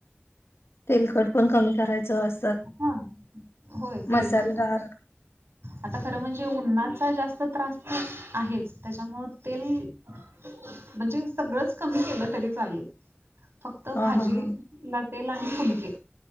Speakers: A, on the left; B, on the right.
A: तेलकट पण कमी करायचं अस
B: हा होय तेलकट
A: मसालेदार
B: आता खरं म्हणजे उन्हात जास्त त्रास आहेच. त्याच्यामुं तेल म्हणजे सगळंच कमी केलं तरी चालेल. फक्त
A: हा
B: भाजी
A: हा हा
B: ला तेल आणि फुलके